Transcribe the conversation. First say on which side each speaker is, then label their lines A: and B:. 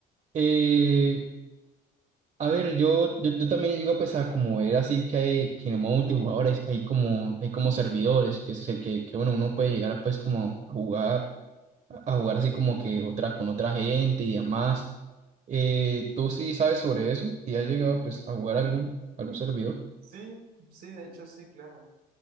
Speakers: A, on the right; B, on the right.
A: Eh, A ver, yo, yo, yo también llego pues a como era así que hay que en el modo multijugador hay, hay como hay como servidores que, se- que, que bueno uno puede llegar a, pues como a jugar a jugar así como que otra con otra gente y demás. Eh, ¿tú sí sabes sobre eso? ¿Y has llegado pues a jugar algún algún servidor?
B: Sí, sí, de hecho sí, claro.